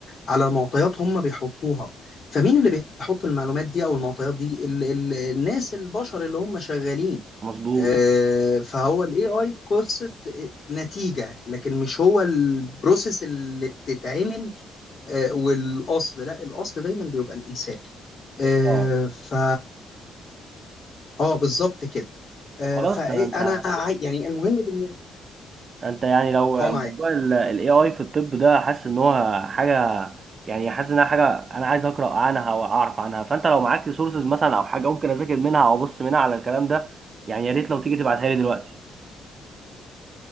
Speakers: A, on the left (about 50°); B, on the right (about 40°).
A: على معطيات هم بيحطوها فمين اللي بيحط المعلومات دي او المعطيات دي ال- ال- الناس البشر اللي هم شغالين
B: مظبوط
A: آه، فهو الاي اي قصه نتيجه لكن مش هو البروسيس اللي بتتعمل آه، والاصل لا الاصل دايما بيبقى الانسان آه،
B: اه
A: ف اه بالظبط كده آه،
B: خلاص
A: فانا
B: ده انت
A: عاي- يعني المهم بالنسبه
B: انت يعني لو
A: اه معاك
B: موضوع ال AI في الطب ده حاسس ان هو حاجه يعني حاسس انها حاجه انا عايز اقرا عنها واعرف عنها فانت لو معاك ريسورسز مثلا او حاجه ممكن اذاكر منها او ابص منها على الكلام ده يعني يا ريت لو تيجي تبعتها لي دلوقتي